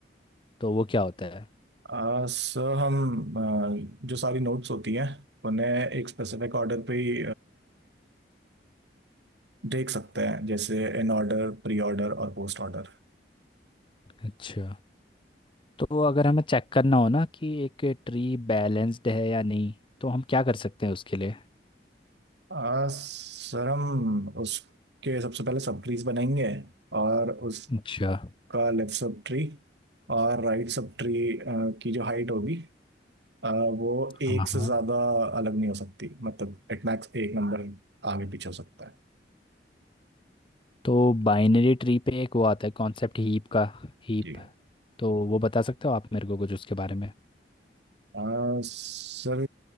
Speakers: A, on the left (about 30°); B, on the right (about 75°).
A: तो वो क्या होता है
B: आ, सर हम आ, जो सारी नोट्स होती हैं उन्हें एक स्पेसिफिक ऑर्डर पे ही देख सकते हैं जैसे इन ऑर्डर प्री ऑर्डर और पोस्ट ऑर्डर
A: अच्छा तो अगर हमें चेक करना हो ना कि एक ट्री बैलेंस्ड है या नहीं तो हम क्या कर सकते हैं उसके लिए
B: आ, सर हम उसके सबसे पहले सब ट्रीज बनाएंगे और उसका
A: अच्छा
B: लेफ्ट सब ट्री और राइट सब ट्री की जो हाइट होगी आ, वो एक
A: हाँ
B: से
A: हाँ
B: ज्यादा अलग नहीं हो सकती मतलब एट मैक्स एक नंबर आगे पीछे हो सकता है
A: तो बाइनरी ट्री पे एक वो आता है कॉन्सेप्ट हीप का हीप
B: जी
A: तो वो बता सकते हो आप मेरे को कुछ उसके बारे में
B: आ, सर